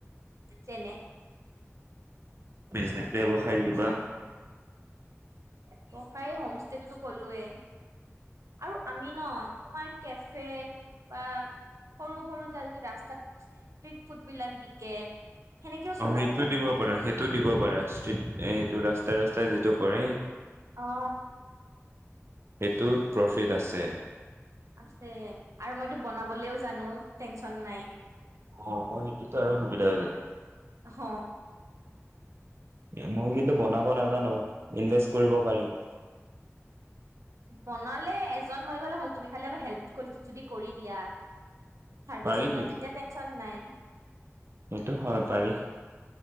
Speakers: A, on the right; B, on the right.
A: যেনে
B: জনে ব্যৱসায় কিবা?
A: ব্যবসাই হোম ষ্টেটোতো কলোৱেই। আৰু আমি ন তোমাৰ কেফে বা সৰু সৰু য যদি ৰাস্তাত ষ্ট্ৰট ফুড বিলাক বিকে সেনেকেও
B: অ
A: চলাব
B: সেইটো দিব পাৰো সেইটো দিব পাৰো ষ্ট্ৰটটো ৰাস্তা ৰাস্তা যিটো কৰে।
A: অ।
B: এইটোত প্ৰফিট আছে
A: আছে আৰু মইতো বনাবলৈও জানো টেনচন নাই।
B: অ অ সেইটোতো আৰু সুবিধা যায়।
A: হ
B: মই কিন্তু বনাব নাজানো ইনভেষ্ট কৰিব পাৰিম
A: বনালে এজন হৈ গলে হল তুমি খালি অলপ হেল্প কৰি যদি কৰি দিয়া। চাৰ্ভিচিঙত
B: পাৰি কিন্তু
A: তেতিয়া টেনশচন নাই।
B: সেইটো হয় পাৰি।